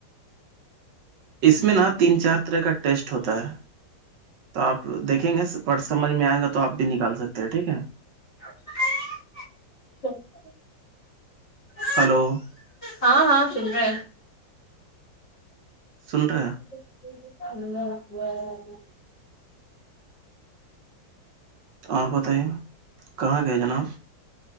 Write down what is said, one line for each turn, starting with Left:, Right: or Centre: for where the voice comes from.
Right: اس میں نا تین چار طرح کا ٹیسٹ ہوتا ہے تو آپ دیکھیں گے پر سمجھ میں آئے گا تو آپ بھی نکال سکتے ہیں ٹھیک ہے
Left: اٹھ <unintelligible>
Right: ہلو
Left: ہاں ہاں سن رہے ہیں
Right: سن رہا <unintelligible>
Left: ب <inaudible>
Right: آپ بتائیے کہاں گئے جناب